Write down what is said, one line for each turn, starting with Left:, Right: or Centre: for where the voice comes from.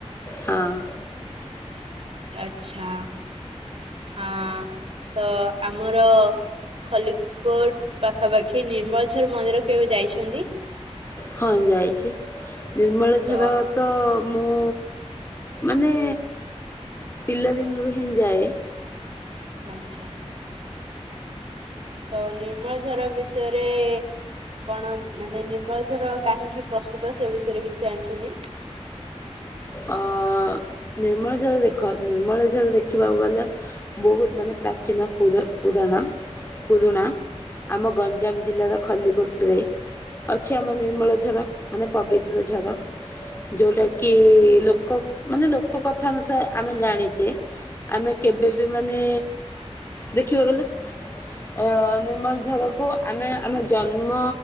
Left: ହଁ
Right: ଆଛା। ହଁ ତ ଆମର ଖଲିକୋଟ ପାଖାପାଖି ନିର୍ମଳଝର ମନ୍ଦିର କେବେ ଯାଇଛନ୍ତି?
Left: ହଁ ଯାଇଛି ନିର୍ମଳ
Right: ତ
Left: ଝର ତ ମୁଁ ମାନେ ପିଲାଦିନରୁ ହିଁ ଯାଏ।
Right: ଆଚଛା। ତ ନିର୍ମଳ ଝର ବିଷୟରେ କଣ ମାନେ ନିର୍ମଳ ଝର କାହିଁକି ପ୍ରସିଦ୍ଧ ସେ ବିଷୟରେ କିଛି ଜାଣିଛୁନ୍ତି।
Left: ଅ ନିର୍ମଳ ଝର ଦେଖ ନିର୍ମଳ ଝର ଦେଖିବାକୁ ଗଲେ ବହୁମମାନେ ପ୍ରାଚୀନ ପୁରପୁରାଣ ପୁରୁଣା ଆମ ଗଞ୍ଜାମ ଜିଲ୍ଲାର ଖଲିକୋଟରେ ଅଛି ଆମ ନିର୍ମଳ ଝାର ମାନେ ପବିତ୍ର ଝାର ଯୋଉଟା କି ଲୋକ ମାନେ ଲୋକ କଥା ଅନୁସାରେ ଆମେ ଜାଣିଛେ ଆମେ କେବେ ବି ମାନେ ଦେଖିବାକୁ ଗଲେ ଅ ନିର୍ମଳ ଝରକୁ ଆମେ ଆମେ ଜନ୍ମ